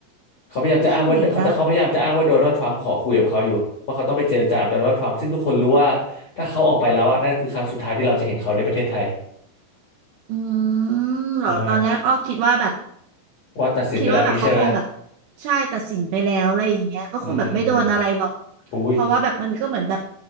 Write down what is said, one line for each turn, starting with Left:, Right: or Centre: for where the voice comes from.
Left: เขาพยายามจะอ้างว่าเขาจะเขาพยายามจะอ้างว่าโดนัลด์ทรัมป์ขอคุยกับเขาอยู่ว่าเขาต้องไปเจรจากับโดนัลด์ทรัมป์ซึ่งทุกคนรู้ว่า
Right: นั่นดีแล้ว
Left: ถ้าเขาออกไปแล้วอ่ะนั่นคือครั้งสุดท้ายที่เราจะเห็นเขาในประเทศไทย
Right: อืมเหรอตอนแรกอ้อคิดว่าแบบ
Left: ใช่ว่าตัดสินไปแล้วงี้ใช่ไหม
Right: คิดว่าแบบเขาคงแบบใช่ตัดสินไปแล้วอะไรอย่างเงี้ยก็คงแบบไม่โดนอะไรหรอก
Left: อืมอืมอืมอุ้ย
Right: เพราะว่าแบบมันก็เหมือนแบบ